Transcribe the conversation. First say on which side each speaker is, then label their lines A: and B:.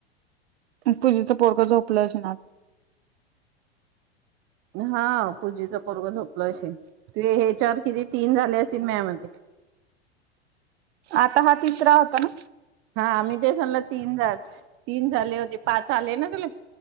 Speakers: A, on the right; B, on the right.
A: पूजेचं पोरग झोपलं असेन आत-
B: हा पूजेच पोरग झोपलं असेन. ते हे चार किती तीन झाले असतील मेह्या मते
A: आता हा तिसरा होता ना
B: हा मी तेच म्हणला तीन झाल तीन झाले होते पाच आले ना तुले-